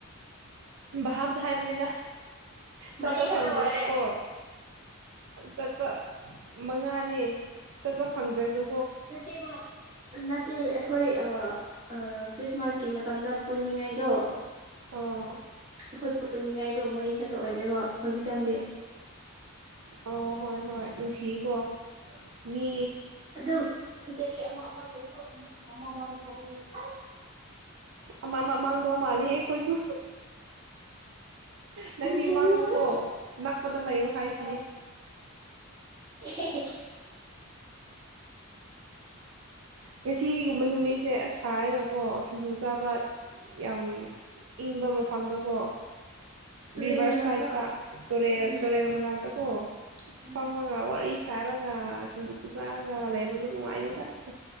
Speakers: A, on the right (about 65°); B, on the right (about 20°).
A: ꯚꯥꯞꯇ ꯍꯥꯏꯕꯅꯦꯗ ꯆꯠꯄ
B: ꯃꯔꯤ ꯈꯛꯇ
A: ꯐꯪꯗ꯭ꯔꯁꯨꯀꯣ
B: ꯑꯣꯏꯔꯦ
A: ꯆꯠꯄ ꯃꯉꯥꯅꯦ ꯆꯠꯄ ꯐꯪꯗ꯭ꯔꯁꯨ
B: ꯅꯠꯇꯦꯕ ꯅꯠꯇꯦ ꯑꯩꯈꯣꯏ ꯑꯥ ꯈ꯭ꯔꯤꯁꯃꯥꯁꯀꯤ ꯃꯇꯝꯗ ꯄꯨꯟꯅꯤꯡꯉꯥꯏꯗꯣ
A: ꯑꯣ
B: ꯈꯣꯏ ꯄꯨꯟꯅꯤꯡꯉꯥꯏꯗꯣ ꯃꯔꯤꯈꯇ ꯑꯣꯏꯔꯦꯕꯣ ꯍꯧꯖꯤꯛꯀꯥꯟꯗꯤ
A: ꯑꯣ ꯍꯣꯏ ꯍꯣꯏ ꯅꯨꯡꯁꯤꯌꯦꯀꯣ ꯃꯤ
B: ꯑꯗꯣ ꯆꯍꯤ ꯑꯃ ꯑꯃꯒꯤ ꯑꯃ <unintelligible> ꯆꯠꯊꯣꯛꯀꯅꯤ ꯑꯁ
A: ꯑꯃ ꯃꯃꯥꯡ ꯗꯧ ꯃꯜꯂꯦꯍꯦ ꯑꯈꯣꯏꯁꯨ ꯅꯪꯗꯤ
B: ꯅꯨꯡꯁꯤꯌꯦ
A: ꯃꯥꯡꯅꯨꯀꯣ ꯅꯛꯄꯗ ꯂꯩꯌꯨ ꯍꯥꯏꯁꯤꯅꯤ
B: ꯑ <inaudible>
A: ꯉꯁꯤꯒꯨꯝꯕ ꯅꯨꯃꯤꯠꯁꯦ ꯑꯁ ꯁꯥꯔꯒꯀꯣ ꯁꯤꯡꯖꯨ ꯆꯥꯕ ꯌꯥꯝ ꯏꯪꯕ ꯃꯐꯝꯗꯀꯣ
B: ꯇꯨꯔꯦꯟ
A: ꯔꯤꯕꯔꯁ
B: ꯃꯅꯥꯛꯇ
A: ꯁꯥꯏꯠꯇ ꯇꯨꯔꯦꯜ
B: ꯎꯝ
A: ꯇꯨꯔꯦꯜ ꯃꯅꯥꯛꯇ ꯑꯣ ꯑꯁ
B: ꯎꯝ
A: ꯐꯝꯃꯒ ꯋꯥꯔꯤ ꯆꯥꯔꯒ ꯁꯤꯡꯖꯨ ꯆꯥꯔꯒ ꯂꯩꯕꯗꯨ ꯅꯨꯡꯉꯥꯏꯅꯤ ꯇꯁ